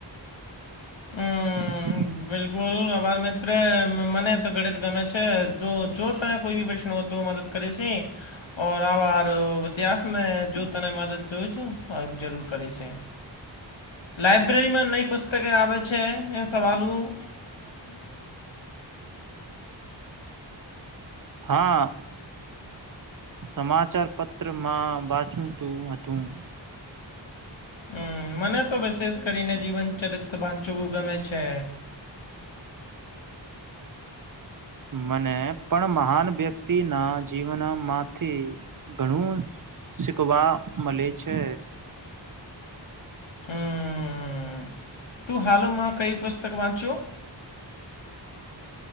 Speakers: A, on the left; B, on the right.
A: હમ્મ,
B: <inaudible>
A: બિલકુલ આભાર મિત્ર મને તો ગણિત ગમે છે જો તમે કોઈ બી પ્રશ્ન હો તો મ કરીશે. આર ઈતિહાસ મે જો તને મદદ જો જરૂર કરી છે. લાઇબ્રેરીમાં નહી પુસ્તકે આવે છે એ સવાલ ઉ <unintelligible>
B: હા. સમાચાર પત્ર માં વાંચું તું હતું.
A: હમ મને તો વિશેષ કરીને જીવન ચરિત્ર વાંચવું ગમે છે.
B: મને પણ મહાન વ્યક્તિ ના જીવનમાંથી ઘણું શીખવા મલે છે.
A: હમ. હમ તું હાલમાં કઈ પુસ્તક વાંચું?